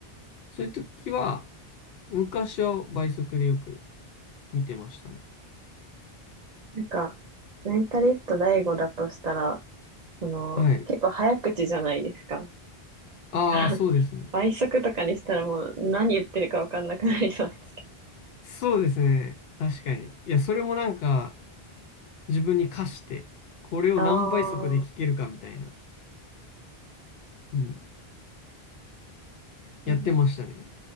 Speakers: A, on the left; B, on the right.
A: そういう時は、昔は倍速でよく見てましたね。
B: なんか、メンタリスト大吾だとしたら、その、
A: はい。
B: 結構早口じゃないですか。だから、
A: ああ、そうですね。
B: 倍速とかにしたらもう何言ってるかわかんなくなりそうですけど。
A: そうですね。確かに。いや、それもなんか、自分に課して、これを何倍速で聞けるかみたいな、
B: ああ、
A: うん、やってましたね。
B: うん